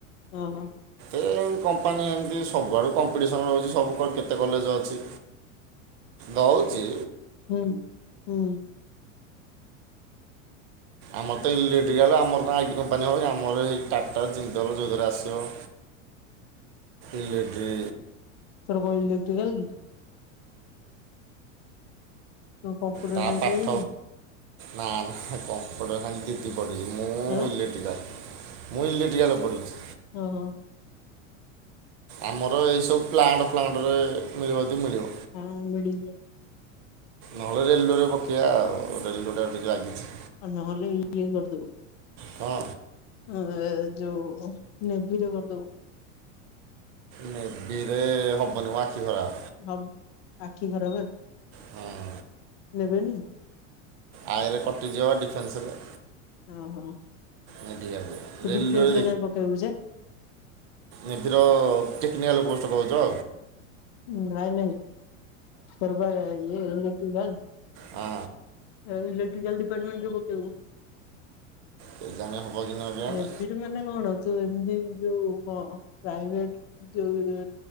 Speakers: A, on the left (about 55°); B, on the right (about 40°).
A: ହଁ ହଁ।
B: ଏ ଏଇ କମ୍ପାନୀ ଏମତି ସବୁଆଡୁ କମ୍ପିଡିସନ୍ ରହୁଚି ସବୁ କ କେତେ କଲେଜ ଅଛି ଦେଉଚି
A: ହୁଁ ହୁଁ।
B: ଆମର ତ ଇଲେକ୍ଟ୍ରିକାଲ ଆମର କଣ ଆଇଟି କମ୍ପାନୀ ଭଳିଆ। ଆମର ଏଇ ଟାଟା, ଜିନ୍ଦଲ ଯୋଉଥିରେ ଆସିବ ଇଲେକ୍ଟ୍ରି
A: ତୋର କଣ ଇଲେକ୍ଟ୍ରିକାଲ କି? ତୁ କମ୍ପିୁଟର
B: ତା
A: ସାଇନ୍ସରେ
B: ପାଠ
A: ଯାଇନୁ।
B: ନା ନା ହେ କମ୍ପଟର ଖାଲି ଦିଦି ପଡୁଚି। ମୁଁ
A: ଆଁ
B: ଇଲେକ୍ଟ୍ରିକାଲ। ମୁଁ ଇଲେକ୍ଟ୍ରିକାଲ ପଡୁଚି।
A: ଓହୋ।
B: ଆମର ଏଇ ସବୁ ପ୍ଲାଣ୍ଟ ଫ୍ଲାଣ୍ଟରେ ମିଳିବ ଯଦି ମିଳିବ।
A: ହଁ ମିଳିଯିବ।
B: ନହେଲେ ରେଲୱେରେ ପକେଇବା ଆଉ ରେଲୱେ ଟା ଟିକେ ଲାଗିଚି।
A: ଆ ନହେଲେ ଇଏ କରିଦୋବୁ।
B: ହଁ।
A: ହଁ ଆ ଯୋଉ ନେଭିରେ କରିଦୋବୁ।
B: ନେଭିରେ ହବନି ମୋ ଆଖି ଖରାପ।
A: ହବ୍ ଆଖି ଖରାପେ
B: ହଁ
A: ଦେବେନି?
B: ଆଇରେ କଟିଯିବ ପା ଡିଫେନ୍ସରେ।
A: ଓହୋ।
B: ନେଭି ଆସିବ
A: ତୁ
B: ରେଲୱେରେ
A: ଡିଫେନ୍ସରେ କାଇଁ ପକେଇବୁ ଯେ।
B: ନେଭିିର ଟେକ୍ନିକାଲ୍ ପୋଷ୍ଟ କୋହୁଚ।
A: ନାଇଁ ନାଇଁ ତୋର କାଲେ ଇଏ <unintelligible>
B: ହୁଁ।
A: ଇଲେକ୍ଟ୍ରିକା ଡିପାର୍ଟମେଣ୍ଟ ପକେଇବୁ।
B: କେଜାଣି ହବ କି ନ କେଜାଣି
A: ନେଭିରେ ମାନେ କଣ? ତ ଏମିତି ଯୋଉ ପ୍ରାଇଭେଟ ଯୋଉ